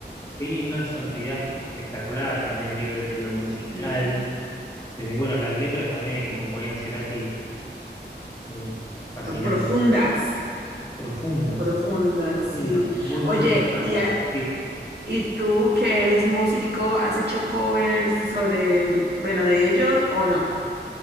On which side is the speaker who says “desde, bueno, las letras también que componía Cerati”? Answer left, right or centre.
Left